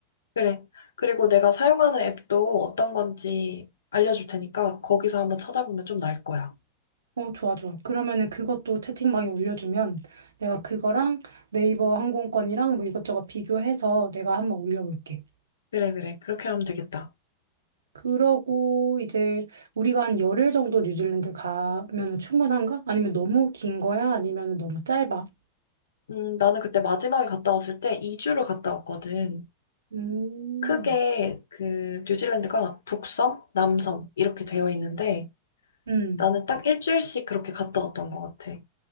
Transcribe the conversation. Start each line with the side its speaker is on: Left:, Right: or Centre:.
Left: 그래. 그리고 내가 사용하는 앱도 어떤 건지 알려줄 테니까, 거기서 한번 찾아보면 좀 나을 거야.
Right: 어, 좋아, 좋아. 그러면은 그것도 채팅방에 올려주면 내가 그거랑 네이버 항공권이랑 뭐 이것저것 비교해서 내가 한번 올려볼게.
Left: 그래, 그래. 그렇게 하면 되겠다.
Right: 그러고 이제 우리가 한 열흘 정도 뉴질랜드 가면은 충분한가? 아니면 너무 긴 거야? 아니면 너무 짧아?
Left: 음, 나는 그때 마지막에 갔다 왔을 때 2주를 갔다 왔거든.
Right: 음.
Left: 크게 그 뉴질랜드가 북섬, 남섬 이렇게 되어 있는데
Right: 음.
Left: 나는 딱 일주일씩 그렇게 갔다 왔던 것 같아.